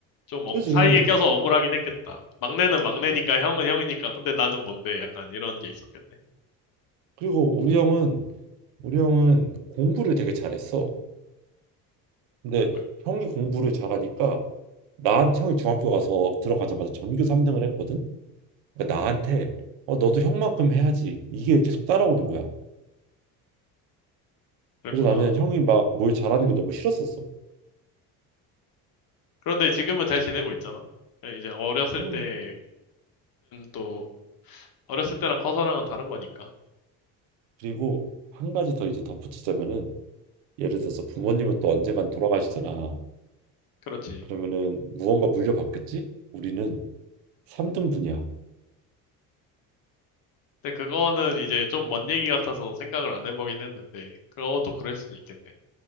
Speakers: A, on the left; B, on the right.
A: 좀 어-
B: 그지?
A: 사이에 껴서 억울하긴 했겠다. 막내는 막내니까
B: 그래서-
A: 형은 형이니까. 근데 나는 뭔데? 약간 이런 게 있었겠네.
B: 그리고 우리 형은 우리 형은 공부를 되게 잘했어. 근데
A: 아,
B: 형이 공부를 잘하니까 나 형이 중학교 가서 들어가자마자 전교 3등을 했거든. 그러니까 나한테 어 너도 형만큼 해야지. 이게 계속 따라오는 거야.
A: 그랬구나.
B: 그래서 나는 형이 막 뭘 잘하는 게 너무 싫었었어.
A: 그런데 지금은 잘 지내고 있잖아. 네, 이제 어렸을
B: 어.
A: 때는 또 어렸을 때랑 커서랑은 다른 거니까.
B: 그리고 한 가지 더 이제 덧붙이자면은 예를 들어서 부모님은 또 언젠간 돌아가시잖아.
A: 그렇지.
B: 그러면은 무언가 물려받겠지? 우리는 3등분이야.
A: 근데 그거는 이제 좀 먼 얘기 같아서 생각을 안 해보긴 했는데 그것도 그럴 수는 있겠네.